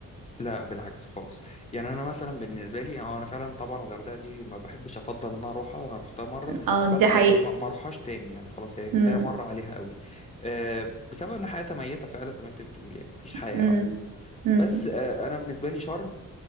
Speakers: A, on the left; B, on the right.
A: لا بالعكس خالص يعني انا مثلا بالنسبه لي هو انا فعلا طبعا الغردقه دي ما بحبش افضل ان انا اروحها انا روحتها مره
B: اه دي
A: بس
B: حقيقة
A: يعني ما ما اروحهاش تاني يعني خلاص هي كفايه
B: مم.
A: مره عليها قوي أه بسبب ان حياتها ميته فعلا زي ما انت بتقول يعني مفيش حياه
B: مم.
A: اصلا
B: مم.
A: بس أه انا بالنسبه لي شرم